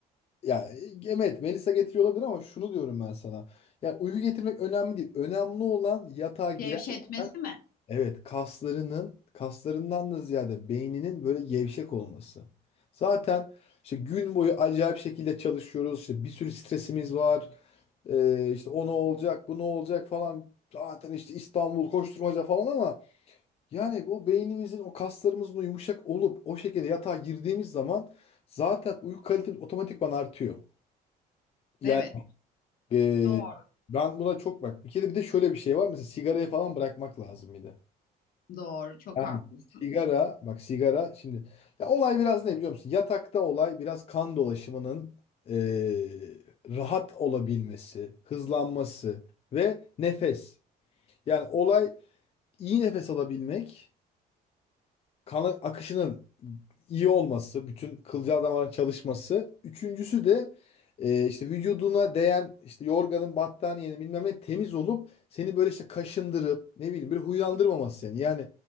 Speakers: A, on the left (about 35°); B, on the left (about 60°).
A: Ya evet Melisa getiriyor olabilir ama şunu diyorum ben sana. Ya uyku getirmek önemli değil. Önemli olan yatağa girerken
B: Gevşetmesi mi?
A: evet kaslarının kaslarından da ziyade beyninin böyle gevşek olması. Zaten işte gün boyu acayip şekilde çalışıyoruz. İşte bir sürü stresimiz var. Ee, işte o ne olacak, bu ne olacak falan. Zaten işte İstanbul koşturmaca falan ama yani o beynimizin, o kaslarımızın o yumuşak olup o şekilde yatağa girdiğimiz zaman zaten uyku kalitemiz otomatikman artıyor. Yani
B: Evet.
A: ee,
B: Doğru.
A: ben buna çok bak. Bir kere bir de şöyle bir şey var. Mesela sigarayı falan bırakmak lazım bir de.
B: Doğru. Çok
A: Yani
B: haklısın.
A: sigara, bak sigara şimdi ya olay biraz ne biliyor musun? Yatakta olay biraz kan dolaşımının ee, rahat olabilmesi, hızlanması ve nefes. Yani olay iyi nefes alabilmek, kan akışının iyi olması, bütün kılcal damarın çalışması. Üçüncüsü de e, işte vücuduna değen işte yorganın, battaniyenin bilmem ne temiz olup seni böyle işte kaşındırıp ne bileyim böyle huylandırmaması seni. Yani